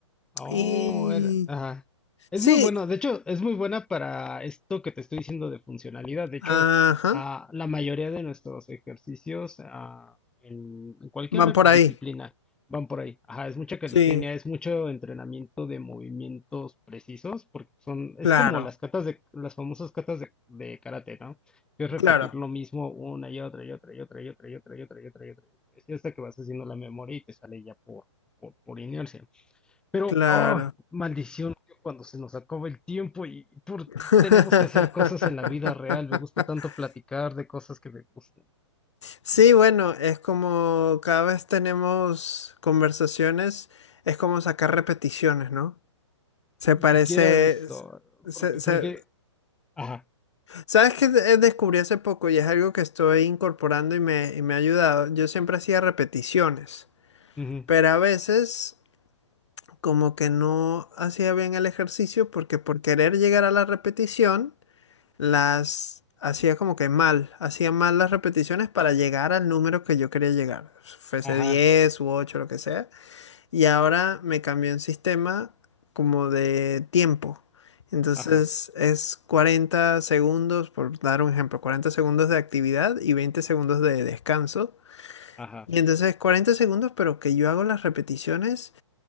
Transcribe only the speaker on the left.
Y
sí,
ajá,
van por
ahí.
Sí,
claro,
claro,
claro.
<laughs>
Sí, bueno, es como cada vez tenemos conversaciones, es como sacar repeticiones, ¿no? Se
parece,
se,
se-
¿Sabes qué de- descubrí hace poco y es algo que estoy incorporando y me, y me ha ayudado? Yo siempre hacía repeticiones,
pero a veces como que no hacía bien el ejercicio porque por querer llegar a la repetición las hacía como que mal, hacía mal las repeticiones para llegar al número que yo quería llegar, fuese
10 u 8 lo que sea. Y ahora me cambió un sistema como de tiempo. Entonces
es 40 segundos, por dar un ejemplo, 40 segundos de actividad y 20 segundos de descanso.
Y entonces 40 segundos, pero que yo hago las repeticiones